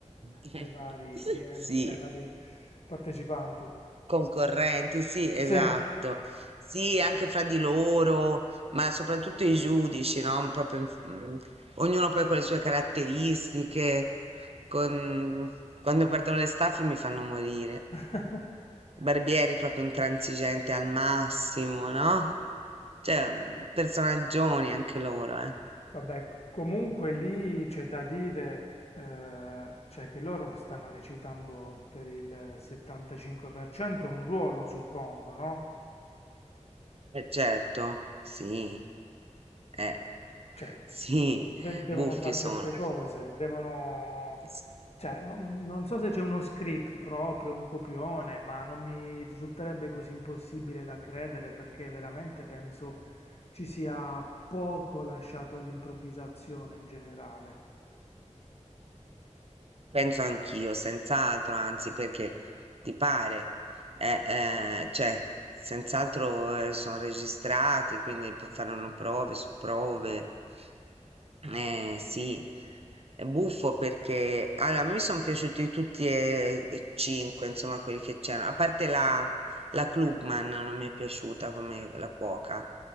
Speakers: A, on the right; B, on the left.
A: <laughs>
B: ai vari clienti,
A: Sì,
B: cioè ai vari partecipanti.
A: concorrenti, sì, esatto.
B: Sì,
A: Sì, anche fra di loro, ma soprattutto i giudici, no? Proprio, in- mm, ognuno poi con le sue caratteristiche. con- Quando perdono le staffe mi fanno morire.
B: <laughs>
A: Barbieri proprio intransigente al massimo, no? Cioè, mm, personaggioni anche loro, eh.
B: vabbè, comunque lì c'è da dire, eh, cioè che loro stanno recitando per il 75% un ruolo, suppongo, no?
A: Eh certo, sì. Eh,
B: cioè,
A: sì,
B: de- devono
A: buffi
B: fare
A: sono.
B: certe cose, devono...
A: S-
B: Cioè, non, non so se c'è uno script proprio, un copione, ma non mi risulterebbe così impossibile da credere perché veramente penso ci sia poco lasciato all'improvvisazione in generale.
A: Penso anch'io, senz'altro, anzi, perché ti pare, eh, eh, cioè, senz'altro eh, sono registrati, quindi p- faranno prove su prove. Eh,
B: Cavolo.
A: sì, è buffo perché allora, a me sono piaciuti tutti e, e cinque, insomma, quelli che c'erano, a parte la, La Clubman non mi è piaciuta come la cuoca,